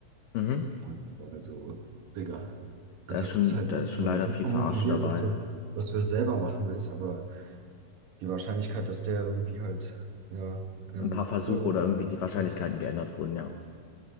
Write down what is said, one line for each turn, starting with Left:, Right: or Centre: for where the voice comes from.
Left: Mhm.
Right: Und das war halt so, Digga,
Left: Da
Right: Also das
Left: ist schon,
Right: ist halt
Left: da ist schon
Right: so
Left: leider
Right: super
Left: viel
Right: motivierend,
Left: Verarsche dabei.
Right: dass du, dass du es selber machen willst, aber die Wahrscheinlichkeit, dass der irgendwie halt, ja, ähm,
Left: Ein paar Versuche
Right: höhere
Left: oder
Right: Bereich
Left: irgendwie die Wahrscheinlichkeiten
Right: kommt,
Left: geändert wurden, ja.